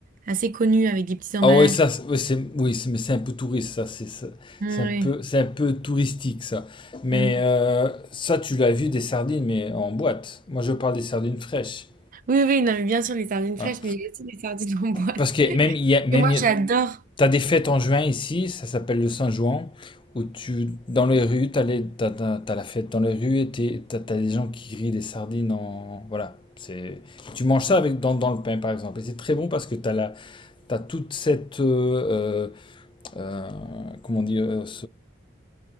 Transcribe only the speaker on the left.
Ah ouais, ça, c'est- ouais, c'est, oui, c'est- mais c'est un peu touriste, ça. C'est, ça-
c'est un
peu, c'est un peu touristique, ça. Mais
euh, ça, tu l'as vu des sardines, mais en boîte. Moi, je parle des sardines fraîches.
hein.
Parce que même, il y a, même
il y a-
T'as des fêtes en juin ici, ça s'appelle le Saint-Jouan, où tu, dans les rues, t'as les, t'as, t'as- t'as la fête dans les rues et t'es- t'as, t'as des gens qui grillent des sardines en, voilà. C'est, tu manges ça
avec, dans, dans le pain, par exemple. Et c'est très bon parce que t'as la, t'as toute cette, euh, euh, euh, comment dire,